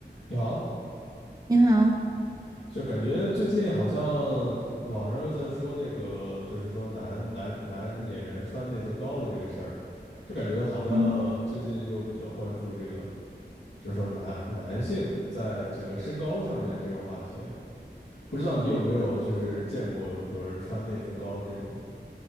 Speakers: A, on the left (about 75°); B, on the right (about 20°).
A: 你好，
B: 你好，
A: 就感觉最近好像网上又在说那个，就是说男男男演员穿内增高的这个事儿，就感觉好像最近又比较关注这个，
B: 嗯，
A: 就是说男男性在这个身高上面这个话题啊，不知道你有没有就是见过有有人穿内增高这种，